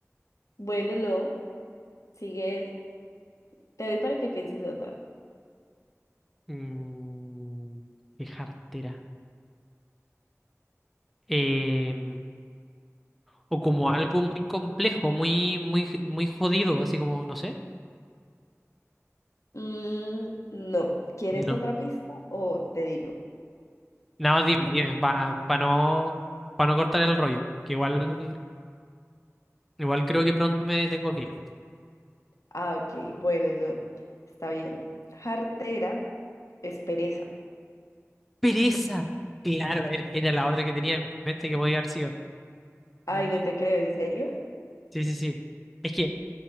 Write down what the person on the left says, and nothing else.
Bueno, no, sigue, te doy para que pienses otra.
Mm, no, ¿quieres
otra pista o te digo?
Ah, ok, bueno, no, está bien. Jartera es pereza.
Ay,
no te creo, ¿en serio?